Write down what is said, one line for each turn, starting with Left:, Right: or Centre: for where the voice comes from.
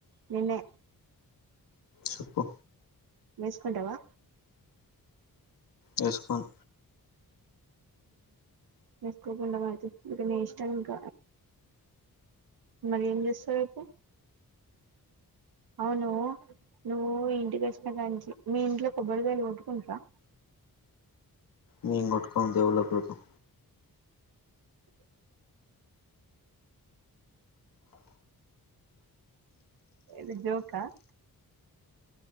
Right: నిన్నే
Left: చెప్పు
Right: వేసుకుంటావా
Left: వేసుకోను
Right: వేసుకోకుండా మాయే తియ్ ఇక నీ ఇష్టం ఇక మరి ఏం చేస్తావ్ రేపు అవును నువ్వు ఇంటికి వచ్చినా కాంచి మీ ఇంట్లో కొబ్బరికాయలి కొట్టుకుంటార
Left: మీ కొట్టుకోం దేవుళ్లకు కొడతం
Right: ఏది జోకా